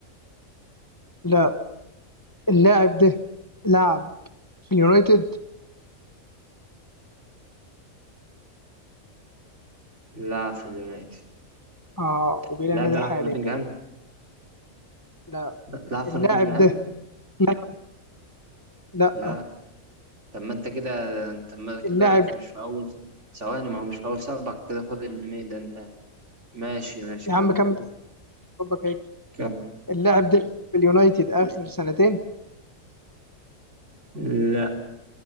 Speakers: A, on the left (about 15°); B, on the right (about 55°).
A: لا اللاعب ده لعب في اليونايتد
B: لا في اليونايتد
A: اه وبلا
B: اللاعب
A: نادي
B: ده لعب
A: حاليا
B: في نوتنغهام
A: لا
B: لا، لعب في
A: اللاعب
B: نوتنغهام
A: ده لا لا
B: لا طب ما انت كده انت ما كده
A: اللاعب
B: مش في اول ثواني ما هو مش في اول سبعة كده فاضل مي ده انت ماشي ماشي
A: يا
B: كم
A: عم كمل ربك هيك
B: كم
A: اللاعب ده في اليونايتد اخر سنتين
B: لا